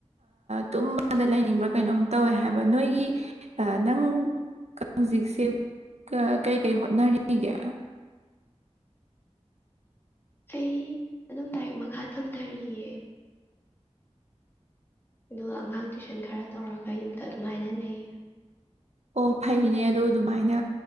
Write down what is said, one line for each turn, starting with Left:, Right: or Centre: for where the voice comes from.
Right: ꯇꯨꯝꯃꯗ ꯂꯩꯅꯤꯡꯕ꯭ꯔꯥ ꯀꯩꯅꯣꯝ ꯇꯧꯋꯦ ꯍꯥꯏꯕ ꯅꯣꯏꯒꯤ ꯅꯪ ꯍꯧꯖꯤꯛꯁꯦ ꯀꯩꯀꯩ ꯍꯣꯠꯅꯔꯤꯒꯦ
Left: ꯑꯩ ꯑꯗꯨꯝ ꯂꯥꯏꯔꯤꯛ ꯃꯈꯥ ꯊꯝꯊꯔꯤꯌꯦ ꯑꯗꯨꯒ ꯑꯉꯥꯡ ꯇꯨꯏꯁꯟ ꯈꯔ ꯇꯧꯔꯒ ꯌꯨꯝꯗ ꯑꯗꯨꯃꯥꯏꯅ ꯂꯩꯌꯦ
Right: ꯑꯣ ꯐꯩꯅꯦ ꯑꯗꯣ ꯑꯗꯨꯃꯥꯏꯅ